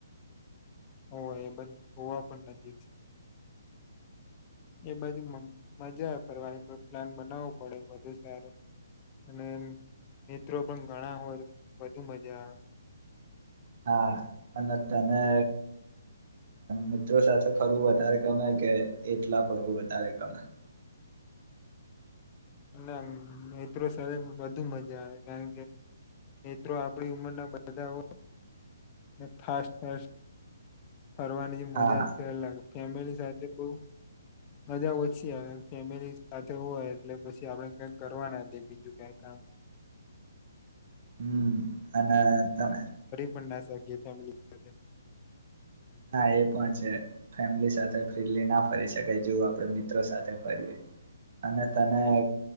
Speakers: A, on the left; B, on the right.
A: હોય એ બ જોવા પણ નજીક છે, એ બધી મજા ફરવાની પણ પ્લાન બનાવવો પડે વધુ સારું, અને મિત્રો પણ ઘણા હોય વધુ મજા આવે.
B: હા, અને તને મિત્રો સાથે ફરવું વધારે ગમે કે એટલા ફરવું વધારે ગમે?
A: અને મિત્રો સાથે બધુ મજા આવે કારણ કે, મિત્રો આપણી ઉંમરના બધા હો મે ફાસ ફાસ્ટ ફરવાની જે મજા
B: હા
A: છે એ લાગ ફેમિલી સાથે બહ મજા ઓછી આવે ફેમિલી સાથે હોય એટલે પછી આપડને કઈ કરવાના દ બીજું કઈ કામ.
B: હમ અને તમે
A: પસ ી ફેમિલી સાથે.
B: હા એ પણ છે, ફેમિલી સાથે ફ્રીલી ના ફરી શકાય જેવું આપડ મિત્રો સાથે ફરીએ, અને તને